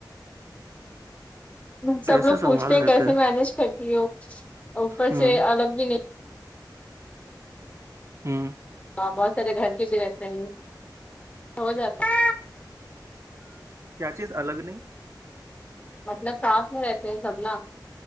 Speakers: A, on the left (about 20°); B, on the right (about 40°).
A: سب
B: کیسے
A: لوگ پوچھتے
B: سنبھال
A: ہیں کیسے
B: لیتے
A: مینج کرتی ہو اوپر
B: ہوں
A: سے الگ بھی نہیں
B: ہاں
A: توپ بہت سارے گھر کے بھی رہتے ہیں ہو جاتا
B: کیا چیز الگ نہیں
A: مطلب صاف ہی رہتے ہیں سبنا